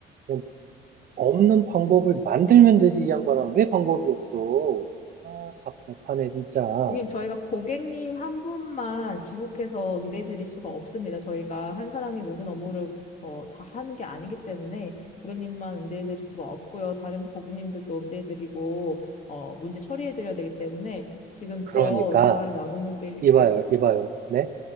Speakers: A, on the right; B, on the left.
A: 그럼 없는 방법을 만들면 되지, 이 양반아. 왜 방법이 없어? 아, 답답하네, 진짜.
B: 고객님, 저희가 고객님 한 분만 지속해서 응대해 드릴 수가 없습니다. 저희가 한 사람이 모든 업무를 어, 다 하는 게 아니기 때문에 고객님만 응대해 드릴 수가 없고요. 다른 고객님들도 응대해 드리고 어, 문제 처리해 드려야 되기 때문에 지금
A: 그러니까,
B: 더 대화를 나누는 게
A: 이봐요, 이봐요. 네?